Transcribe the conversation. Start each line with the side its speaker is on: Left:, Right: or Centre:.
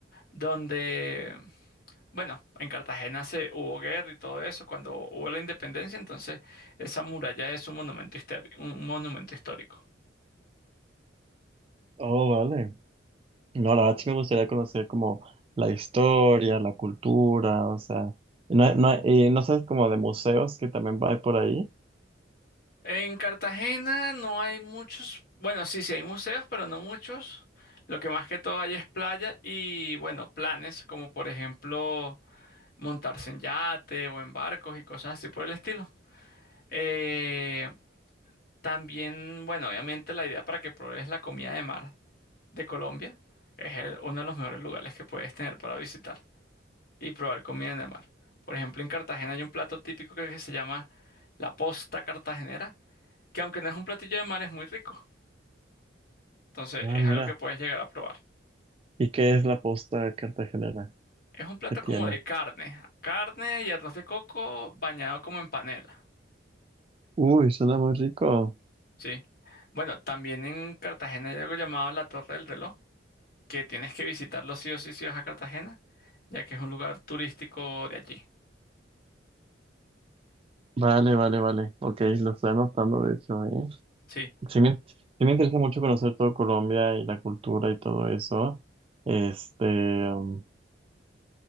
Left: donde, bueno, en Cartagena se hubo guerra y todo eso cuando hubo la independencia, entonces esa muralla es un monumento histórico, un monumento histórico.
Right: Oh, vale. No, la verdad sí me gustaría conocer como la historia, la cultura, o sea, no, hay- no, hay- y no sabes como de museos que también va por ahí.
Left: En Cartagena no hay muchos, bueno, sí, sí hay museos, pero no muchos. Lo que más que todo hay es playa y, bueno, planes, como por ejemplo montarse en yate o en barcos y cosas así por el estilo. Eh, También, bueno, obviamente la idea para que pruebes la comida de mar de Colombia es el- uno de los mejores lugares que puedes tener para visitar y probar comida de mar. Por ejemplo, en Cartagena hay un plato típico que se llama la posta cartagenera, que aunque no es un platillo de mar es muy rico. Entonces
Right: Ah,
Left: es
Right: mira.
Left: algo que puedes llegar a probar.
Right: ¿Y qué es la posta cartagenera?
Left: Es un plato
Right: ¿Qué tiene?
Left: como de carne, carne y arroz de coco bañado como en panela,
Right: Uy, suena muy rico.
Left: ¿sí? Bueno, también en Cartagena hay algo llamado la Torre del Reloj que tienes que visitarlo sí o sí si vas a Cartagena, ya que es un lugar turístico de allí.
Right: Vale, vale, vale. Ok, lo estoy anotando, de hecho, ¿eh?
Left: Sí.
Right: Sí me, sí me interesa mucho conocer todo Colombia y la cultura y todo eso. Este, um,